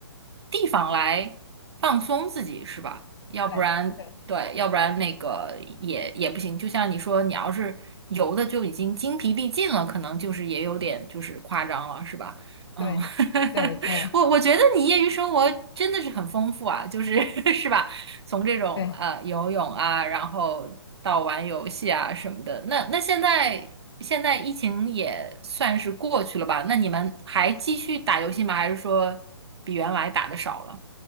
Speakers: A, on the right; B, on the left.
A: 地方来放松自己，是吧？要不然对，
B: 对对
A: 要不然那个也也不行。就像你说，你要是游的就已经精疲力尽了，可能就是也有点就是夸张了，是吧？嗯，
B: 对对对
A: <laughs> 我我觉得你业余生活真的是很丰富啊，就是 <laughs> 是吧？从这种呃游泳啊，
B: 对。
A: 然后到玩游戏啊什么的，那那现在现在疫情也算是过去了吧？那你们还继续打游戏吗？还是说比原来打的少了？